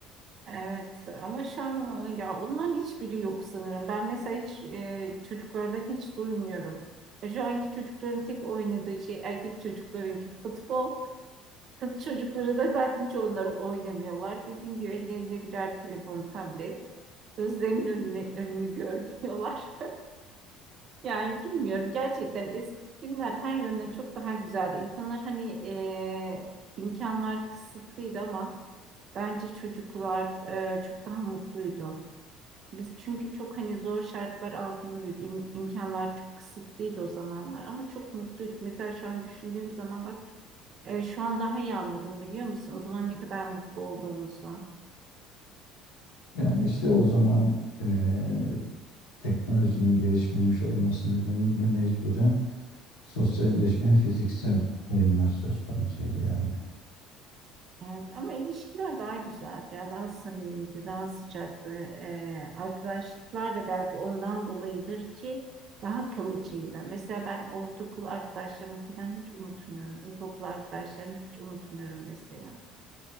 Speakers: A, on the right; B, on the left.
A: Evet ama şu an e, ya onların hiçbiri yok sanırım. Ben mesela hiç e, çocuklardan hiç duymuyorum. Şu anki çocukların tek oynadığı şey erkek çocuklarınki futbol. Kız çocukları da zaten hiç onları oynamıyorlar. Dediğim gibi ellerinde birer telefon, tablet. Gözlerinin önünü, önünü görmüyorlar. <laughs> Yani bilmiyorum gerçekten eski günler her yönden çok daha güzeldi. İnsanlar hani e, imkanlar kısıtlıydı ama bence çocuklar e, çok daha mutluydu. Biz çünkü çok hani zor şartlar altında büyüdük. İm- imkanlar çok kısıtlıydı o zamanlar ama çok mutluyduk. Mesela şu an düşündüğüm zaman bak e, şu an daha iyi anladım biliyor musun? O zaman ne kadar mutlu olduğumuzu.
B: Yani işte o zaman eee, teknolojinin gelişmemiş olması nedeniyle mecburen sosyalleşme fiziksel oyunlar söz konusuydu yani.
A: Evet ama ilişkiler daha güzeldi ya daha samimiydi, daha sıcaktı. E, arkadaşlıklar da belki ondan dolayıdır ki daha kalıcıydı. Mesela ben ortaokul arkadaşlarımı falan hiç unutmuyorum. İlkokul arkadaşlarımı hiç unutmuyorum mesela.